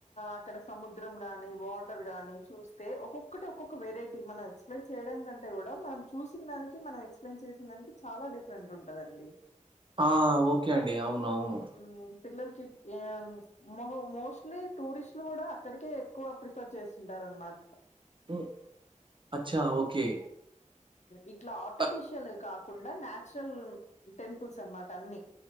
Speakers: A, on the left; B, on the right.
A: అక్కడ సముద్రం గానీ వాటర్ గాని చూస్తే ఒక్కొక్కటి ఒక్కొక్క వెరైటీ మనం ఎక్స్ప్లెయిన్ చేయడం కంటే కూడా మనం చూసిన దానికి మనం ఎక్స్ప్లెయిన్ చేసిన దానికి చాలా డిఫరెంట్ ఉంటదండి
B: ఆ ఓకే అండి అవును అవును
A: హ్మ్. పిల్లలకి య మో మోస్ట్లీ టూరిస్ట్లు కూడా అక్కడికే ఎక్కువ ప్రిఫర్ చేస్తుంటారు అనమాట
B: ఓ అచ్చా ఓకే
A: ఇట్లా ఆర్టిఫిషియల్
B: ఆహ్,
A: కాకుండా నాచురల్ టెంపుల్స్ అనమాట అన్ని